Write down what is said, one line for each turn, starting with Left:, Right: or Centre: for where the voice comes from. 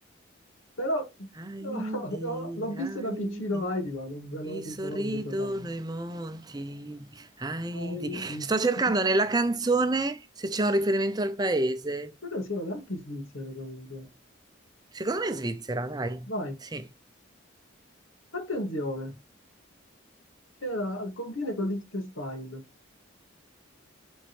Left: Però
Right: Heidi,
Left: no, no, l'ho visto
Right: Heidi.
Left: da piccino Heidi, ma non ve lo
Right: Mi
Left: ricordo
Right: sorridono
Left: totalmente.
Right: i monti, ai
Left: Heidi.
Right: di- Sto cercando
Left: <laughs>
Right: nella canzone se c'è un riferimento al paese.
Left: Però sono anche svizzere comunque.
Right: Secondo me è Svizzera, dai.
Left: Vai.
Right: Sì.
Left: Attenzione, era al confine con Liechtenstein.